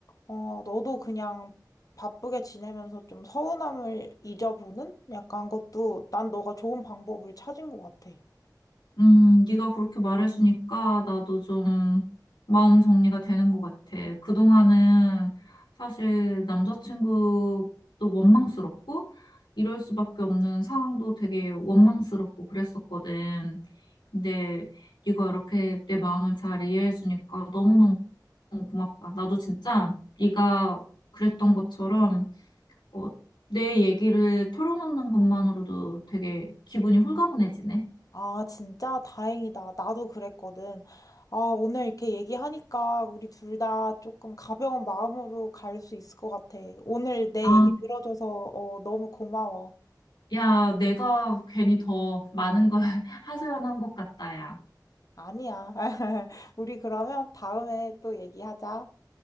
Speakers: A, on the left; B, on the left.
A: 어, 너도 그냥 바쁘게 지내면서 좀 서운함을 잊어보는? 약간 것도 난 너가 좋은 방법을 찾은 것 같아.
B: 음, 네가 그렇게 말해주니까 나도 좀 마음 정리가 되는 것 같아. 그동안은 사실 남자친구도 원망스럽고 이럴 수밖에 없는 상황도 되게 원망스럽고 그랬었거든. 근데 네가 이렇게 내 마음을 잘 이해해주니까 너무너무 고맙다. 나도 진짜 네가 그랬던 것처럼 어, 내 얘기를 털어놓는 것만으로도 되게 기분이 홀가분해지네.
A: 아, 진짜 다행이다. 나도 그랬거든. 아, 오늘 이렇게 얘기하니까 우리 둘 다 조금 가벼운 마음으로 갈 수 있을 것 같아. 오늘 내
B: 아,
A: 얘기 들어줘서 어, 너무 고마워.
B: 야, 내가 괜히 더 많은 걸 <laughs> 하소연한 것 같다, 야.
A: 아니야. <laughs> 우리 그러면 다음에 또 얘기하자.